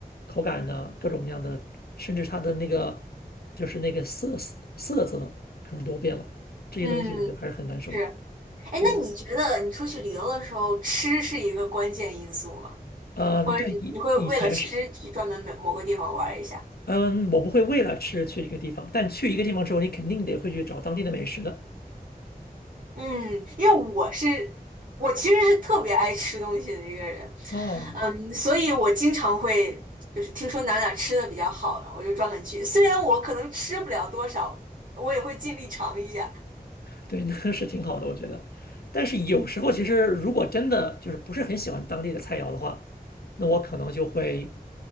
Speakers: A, on the left (about 80°); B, on the right (about 60°).
A: 口感呢，各种各样的，甚至它的那个就是那个色色色泽可能都变了。这些东西我觉得还是很难受的。
B: 嗯，是。哎，
A: 就
B: 那你觉得你出去旅游的时候，吃是一个关键因素吗？
A: 嗯，
B: 或者你你会为了吃去专门某某个地方玩儿一下？
A: 对，以以前是嗯，我不会为了吃去一个地方，但去一个地方之后，你肯定得会去找当地的美食的。
B: 嗯，因为我是我其实是特别爱吃东西的一个人，
A: 哦，
B: 嗯，所以我经常会就是听说哪哪吃的比较好，然后我就专门去。虽然我可能吃不了多少，我也会尽力尝一下。
A: 对，那是挺好的，我觉得。但是有时候，其实如果真的就是不是很喜欢当地的菜肴的话，那我可能就会